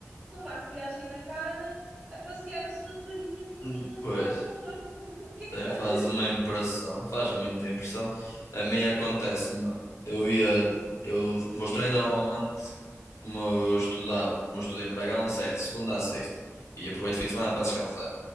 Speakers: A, on the right; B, on the left.
A: com maquilhagem na cara, a passear a sua toalhinha minúscula
B: hum, pois.
A: de um lado para o outro. <laughs> O que é
B: Tem,
A: que tu achas
B: faz uma
A: disso?
B: impressão, faz muita impressão. A mim acontece-me, eu ia, eu, os meus treinos normalmente, como eu estudava, como eu estudo em Bragança, é de segunda a sexta, e aproveito o fim de semana para descansar.